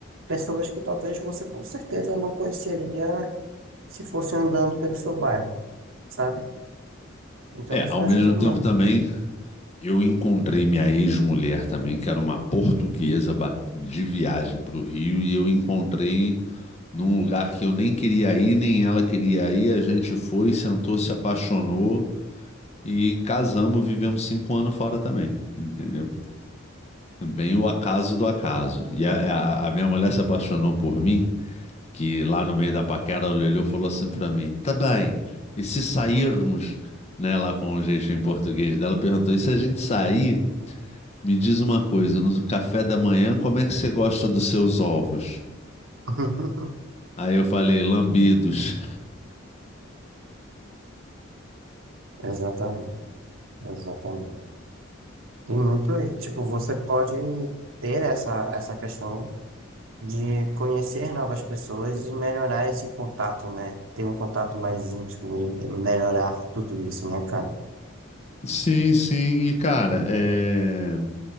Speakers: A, on the right; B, on the left.
A: pessoas que talvez você com certeza não conheceria se fosse andando pelo seu bairro, sabe? Então
B: É,
A: isso
B: ao
A: ajuda
B: mesmo
A: muito.
B: tempo também, eu encontrei minha ex-mulher também, que era uma portuguesa ba- de viagem para o Rio, e eu encontrei num lugar que eu nem queria ir, nem ela queria ir. A gente foi, sentou, se apaixonou e casamos, vivemos cinco anos fora também, entendeu? Bem o acaso do acaso. E a, a- a minha mulher se apaixonou por mim, que lá no meio da paquera ela olhou e falou assim pra mim: tá bem, e se sairmos, né, lá com o jeitinho português dela, perguntou: e se a gente sair? Me diz uma coisa, no café da manhã, como é que você gosta dos seus ovos?
A: <laughs>
B: Aí eu falei, lambidos.
A: Exatamente, exatamente. Tem muito, e, tipo, você pode ter essa, essa questão de conhecer novas pessoas e melhorar esse contato, né? Ter um contato mais íntimo e melhorar tudo isso, né, cara?
B: Sim, sim. E, cara, é...